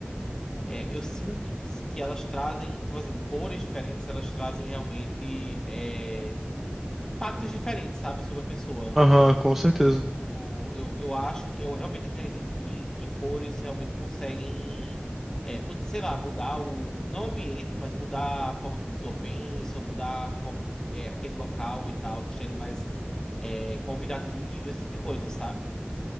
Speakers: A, on the left (about 15°); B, in the centre.
A: é, eu sinto que, que elas trazem, tipo assim, cores diferentes, elas trazem realmente é, impactos diferentes, sabe, sobre a pessoa.
B: Aham, com certeza.
A: O, eu, eu acho que eu realmente acredito que, que cores realmente conseguem, é, mu- sei lá, mudar o, não o ambiente, mas mudar a forma que a pessoa pensa, mudar a forma, é, aquele local e tal, deixar ele mais é, convidativo, esse tipo de coisa, sabe?